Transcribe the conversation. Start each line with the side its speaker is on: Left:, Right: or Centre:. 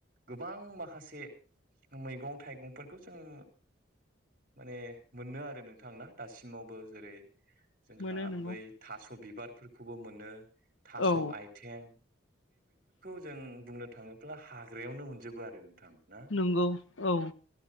Right: गोबां माखासे मैगं थाइगंफोरखौ जोङो माने मोनो आरो नोंथां ना दासिमावबो जेरै जोंहा
Left: मोनो नंगौ
Right: बै थास' बिबारफोरखौबो मोनो थास'
Left: औ
Right: आथिं जों बुंनो थाङोब्ला हाग्रायावनो मोनजोबो आरो। नोंथां ना
Left: नंगौ औ